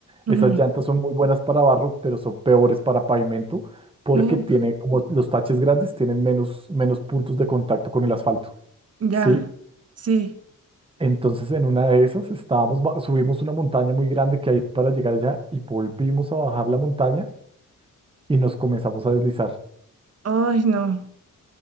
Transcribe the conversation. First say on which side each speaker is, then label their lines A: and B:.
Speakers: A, on the right; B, on the right.
A: ujú.
B: esas llantas son muy buenas para barro, pero son peores para pavimento, porque
A: Uf,
B: tiene como los taches grandes tienen menos, menos puntos de contacto con el asfalto,
A: ya,
B: ¿sí?
A: sí.
B: Entonces en una de esas estábamos, ba- subimos una montaña muy grande que hay para llegar allá y volvimos a bajar la montaña y nos comenzamos a deslizar.
A: Ay, no.